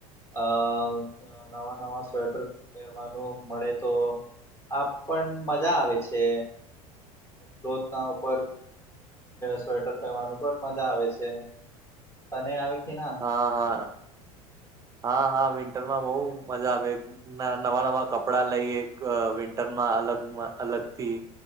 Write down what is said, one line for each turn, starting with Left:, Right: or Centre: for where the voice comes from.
Left: અ. નવા નવા સ્વેટર પહેરવાનું મળે તો. આપ પણ મજા આવે છે. ક્લોથ ના ઉપર સ્વેટર પહેરવાનું પણ મજા આવે છે. તને આવે કે ના.
Right: હા હા હા હા વિન્ટરમાં બઉ મજા આવે. ના નવા નવા કપડા લઈએ વિન્ટરમાં અલગમાં અલગ થી.